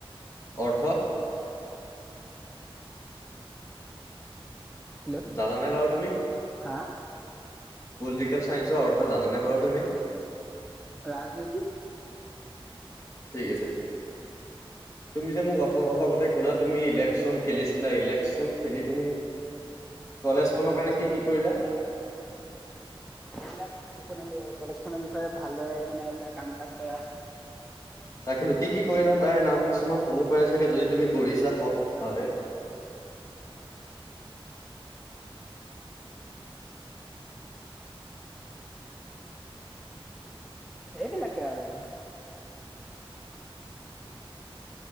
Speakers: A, on the left; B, in the centre.
A: অৰ্থ
B: হেল্ল'
A: জানানে বাৰু তুমি?
B: হা!
A: পলিটিকেল সাইন্সৰ অৰ্থ জানানে বাৰু তুমি?
B: ৰাজনীতি
A: ঠিক আছে।
B: <inaudible>
A: তুমি যে মোক অথল অলপ আগতে কলা তুমি ইলেকশ্যন খেলিছিলা, ইলেকশ্যন খেলি তুমি কলেজখনৰ কাৰণে কি কি কৰিলা?
B: এইবিলাক স্কুলখনৰ লৈ কলেজখনৰ বিষয়ে ভালদৰে মানে এইবিলাক কাম - কাজ কৰা
A: তাকেতো কি কি কৰিলা তাইৰ নাম কিছুমান ক'ব পাৰি চাগে যদি তুমি কৰিছা সৎ ভাবে।
B: সেইবিলাকে আৰু।